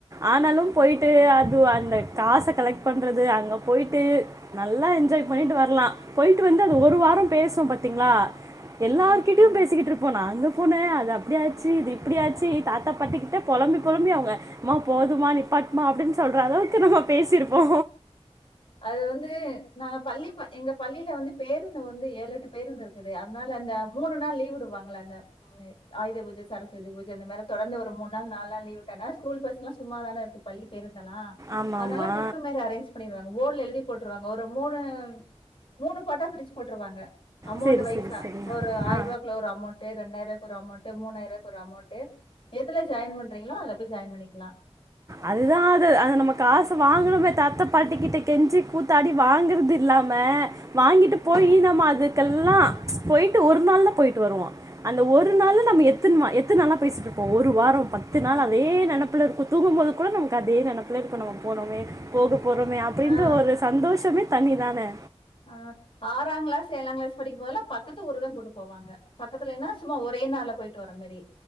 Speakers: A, on the right; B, on the left.
A: ஆனாலு போய்ட்டு அது அந்த காச கலெக்ட் பண்றது அங்க போய்ட்டு நல்லா என்ஜாய் பண்ணிட்டு வர்லா போய்ட்டு வந்து அது ஒரு வாரோ பேசுவோ பாத்தீங்ளா எல்லார்கிட்டயு
B: ம். ஆமா.
A: பேசிக்கிட்ருப்போ நாங்க போனே அது அப்டியாச்சு இது இப்டியாச்சு தாத்தா பாட்டிக்கிட்ட பொலம்பி பொலம்பி அவங்க அம்மா போதுமா நிப்பாட்மா அப்டின் சொல்ற அளவுக்கு நம்ம பேசிருப்போ
B: அது வந்து நாங்க பள்ளி எங்க பள்ளில வந்து பேருந்து வந்து ஏழு எட்டு பேருந்து இருக்குது அதனால அந்த மூணு நாள் லீவு விடுவாங்கள அந்த ஆயுத பூஜ சரஸ்வதி பூஜ இந்த மாரி தொடர்ந்து ஒரு மூணு நாள் நாலு நாள் விட்டானா ஸ்கூல் பஸ் ளா சும்மாதானே இருக்கு பள்ளி பேருந்து எல்லா
A: ஆமா
B: அதனால
A: ஆமா
B: ட்ரிப்பு மாரி அரேஞ்ச் பண்ணிர்வாங் போட்ல எழுதி போட்டுருவாங்க ஒரு மூணு மூணு பாட்டா பிரிச்சுபோட்டுருவாங்க அமெளண்ட்
A: சரி
B: வைசா
A: சரி சரி
B: ஒரு ஆயருவாக்குள்ள
A: ஆ
B: ஒரு அமௌண்டு ரெண்டாயருவாக்கு ஒரு அமௌண்டு மூனாயிருவாக்கு ஒரு அமௌண்ட் எதுல ஜாயின் பண்றீங்களோ அதுல போய் ஜாயின் பண்ணிக்லா
A: அதுதா அது அது நம்ம காசு வாங்கணுமே தாத்த பாட்டிக்கிட்ட கொஞ்சி கூத்தாடி வாங்கறது இல்லாம வாங்கிட்டு போயி நம்ம அதுக்கு எல்லா போயிட்டு ஒரு நாள்தா போய்ட்டு வருவோ அந்த ஒரு நாளு நம்ம எத்துன்வா எத்தன் நாளா பேசிட்ருப்போ ஒரு வா பத்து
B: ஆ.
A: நாளு அதே நெனைப்புல இருக்கு தூங்கும் போது கூட நமக்கு அதே நெனைப்புல இருக்கு நம்ம போனோமே போக போறோமே அப்டின்ற
B: ஆ
A: ஒரு சந்தோஷமே தனிதானே
B: அ ஆறாங்ளாஸ் ஏழாங்ளாஸ் படிக்கும் போதுலா பக்கத்து ஊருதா கூட்டு போவாங்க பக்கத்துலன்னா சும்மா ஒரே நாள்ல போய்ட்டு வர்ற மேரி